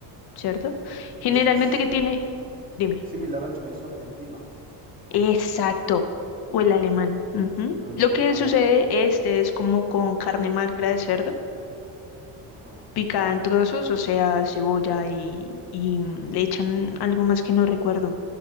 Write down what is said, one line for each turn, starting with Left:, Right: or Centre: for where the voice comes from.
Left: ¿cierto? Generalmente
Right: Es, es
Left: que tiene, dime.
Right: similar al chorizo argentino,
Left: Exacto, o el alemán. ujú.
Right: al alemán.
Left: Lo que
Right: Ah,
Left: sucede,
Right: ok.
Left: este es como con carne magra de cerdo,
Right: Ah, ok,
Left: picada en trozos, o sea, cebolla y, y mm, le echan algo más que no recuerdo.